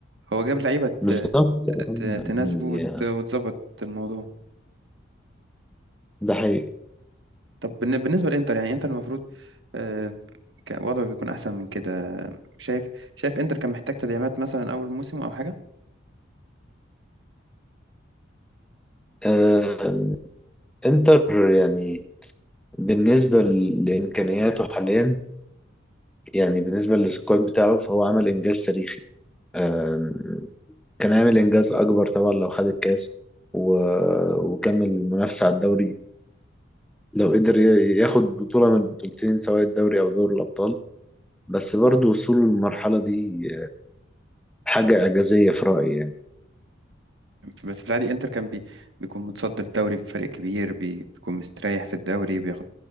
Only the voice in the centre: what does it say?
بالظبط
آه،
يعني آه،
ده حقيقي
آه، انتر يعني بالنسبة لإمكانياته حاليا يعني بالنسبة للسكواد بتاعه فهو عمل إنجاز تاريخي آه، كان هيعمل إنجاز أكبر طبعا لو خد الكاس و- وكمل المنافسة على الدوري لو قدر ي- ياخد بطولة من البطولتين سواء الدوري أو دوري الأبطال بس برضه وصوله للمرحلة دي حاجة إعجازية في رأيي يعني